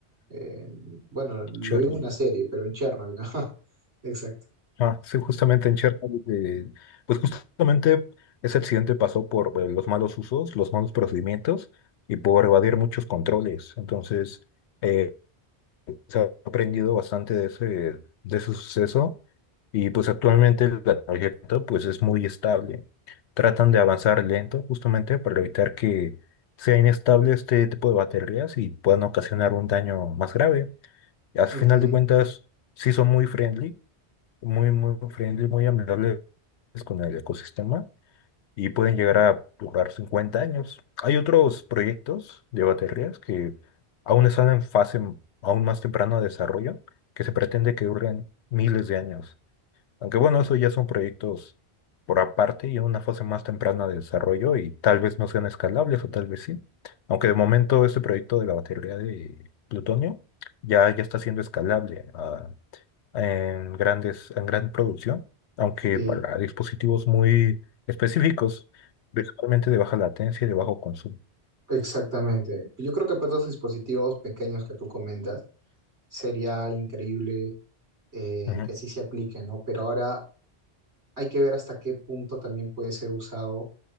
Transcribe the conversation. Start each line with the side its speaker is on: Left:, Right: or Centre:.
Right: en- bueno, lo
Left: Chernobyl.
Right: vi en una serie, pero en Chernobyl, <laughs> ajá, exacto.
Left: Ah, sí, justamente en Chernobyl, eh, pues justamente ese accidente pasó por eh, los malos usos, los malos procedimientos y por evadir muchos controles. Entonces, eh, se ha aprendido bastante de ese, de ese suceso y pues actualmente la tarjeta pues es muy estable. Tratan de avanzar lento justamente para evitar que sea inestable este tipo de baterías y puedan ocasionar un daño más grave. Al final
Right: Ujú,
Left: de cuentas, sí son muy friendly, muy, muy friendly, muy amigables con el ecosistema y pueden llegar a durar 50 años. Hay otros proyectos de baterías que aún están en fase m- aún más temprana de desarrollo, que se pretende que duren miles de años. Aunque bueno, eso ya son proyectos por aparte y en una fase más temprana de desarrollo y tal vez no sean escalables o tal vez sí. Aunque de momento este proyecto de la batería de plutonio ya, ya está siendo escalable ah, en grandes, en gran producción, aunque
Right: Sí,
Left: para dispositivos muy específicos, principalmente de baja latencia y de bajo consumo.
Right: exactamente. Yo creo que para todos los dispositivos pequeños que tú comentas, sería increíble eh,
Left: Ujú.
Right: que sí se aplique, ¿no? Pero ahora hay que ver hasta qué punto también puede ser usado